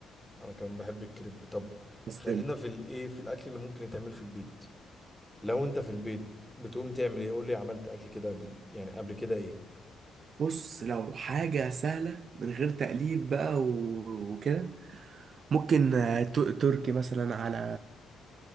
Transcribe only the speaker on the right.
بس
بص لو حاجه سهله من غير تأليف بقى و- وكده ممكن آه، ت- تركي مثلا على